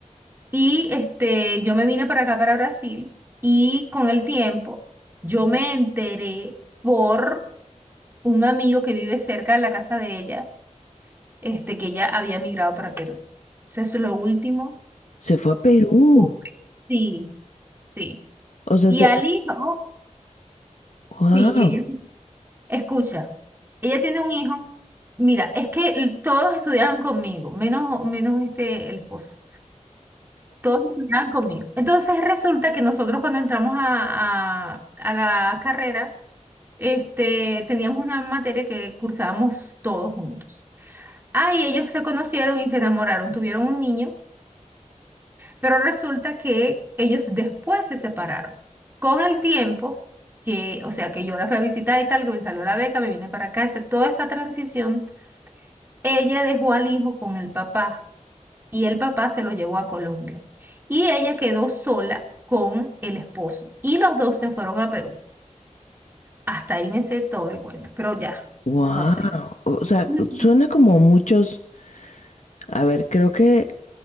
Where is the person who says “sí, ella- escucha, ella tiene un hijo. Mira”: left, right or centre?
Right